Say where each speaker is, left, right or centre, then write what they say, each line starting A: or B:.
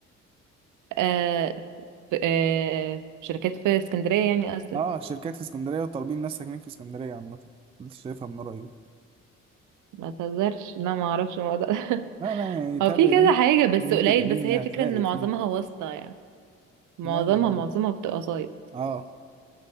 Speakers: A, on the right; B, on the right.
A: آه في- آه شركات في اسكندرية يعني قصدك
B: اه شركات في اسكندريه وطالبين ناس ساكنين في اسكندريه عامه لسه شايفها من قريب
A: ما تهزرش لا ما اعرفش الموضوع ده <laughs>
B: لا لا يعني تابع
A: هو في
B: لينك
A: كذا حاجة بس
B: لينكد
A: قليل
B: ان
A: بس هي
B: هتلاقي
A: فكرة ان معظمها
B: فيه
A: واسطة يعني معظمها
B: لا يعني-
A: معظمها بتبقى سايط
B: اه